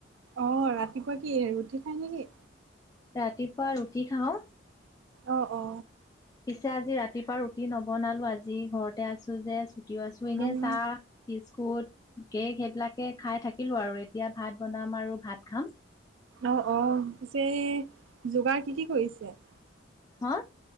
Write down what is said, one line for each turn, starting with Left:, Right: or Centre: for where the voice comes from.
Right: অ', ৰাতিপুৱা কি ৰুটি খাই নেকি?
Left: ৰাতিপুৱা ৰুটি খাওঁ।
Right: অ', অ'।
Left: পিছে আজি ৰাতিপুৱা ৰুটি নবনালো আজি ঘৰতে আছো যে ছুটিও আছো এনে
Right: উম,
Left: চাহ বিস্কুট কেক সেইবিলাকে খাই থাকিলো আৰু এতিয়া ভাত বনাম আৰু ভাত খাম।
Right: অ', অ, পিছে যোগাৰ কি কি কৰিছে?
Left: হা?